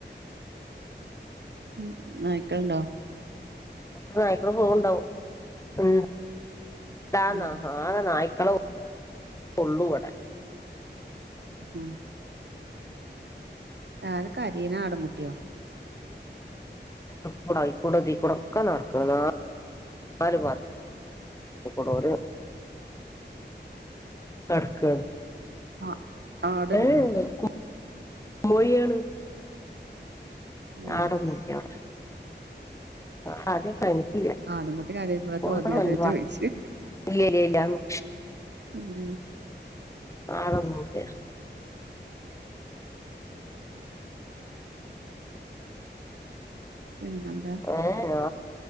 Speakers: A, on the right (about 65°); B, on the left (about 15°).
A: ഉം നായ്ക്കൾ ഉണ്ടോ?
B: നായ്ക്കളെ പോവുണ്ടാവും ഉം. ട്ട് ആണ്
A: ഉം
B: ആകെ നായ്ക്കളെ ഉള്ളു ഇവിടെ.
A: ഉം ആരാ കരയണെ ആടിൻകുട്ടിയോ?
B: അപ്പുറത്തെ കൂടെ അതിക്കൂടെ ഇതിക്കൂടെ ഒക്കെ നടക്കണ് ആകെ നാല്. <unintelligible> നടക്കാണ്.
A: ആഹ് ആടുണ്ടോ
B: ഏഹ് കു കോഴിയാണ്.
A: ഉം
B: ആട് ഒന്നും ഇല്ല അവിടെ. ആട് അവിടെ തനിച്ചല്ലേ.
A: ആടുംകുട്ടി കരയുമ്പളാ
B: <unintelligible>
A: തോന്നിയത് ഞാൻ ചോയിച്ച്
B: ഇല്ലേ ഇല്ലാന്ന്.
A: ഉം
B: ആട് ഒന്നുമില്ല.
A: പിന്നെന്താ
B: ഏഹ്.